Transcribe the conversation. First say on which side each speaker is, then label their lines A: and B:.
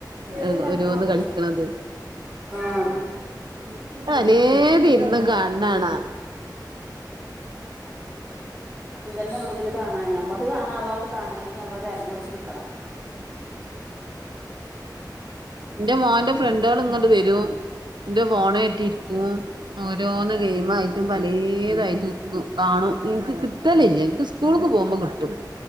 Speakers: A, on the right; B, on the right.
A: കാണാ
B: അഹ് ഓരോന്ന് കളിക്ക്ണത്.
A: ആ
B: <unintelligible> ലേത് ഇര്ന്ന് കാൺണാണ <inaudible>
A: ത് നൊള്ളു ഇതില് കാണാന് നമ്മ ക്ക് കാണാള്ളൊക്കെ കാണണെങ്കിൽ നമ്മള് തെരഞ്ഞൊടിച്ച് ഇട്ക്കണം.
B: ഇന്റെ മോന്റെ ഫ്രണ്ട്ള് ഇങ്ങട്ട് വെരും ഇന്റെ ഫോണേറ്റിരിക്കും. ഓരോന്ന് ഗെയിം മ് ആയിട്ടും പലേതായിട്ടിരിക്കും കാണും ഇൻക്ക് കിട്ടലില്ല ഇൻക്ക് സ്കൂൾക്ക് പോവുമ്പ കിട്ടും.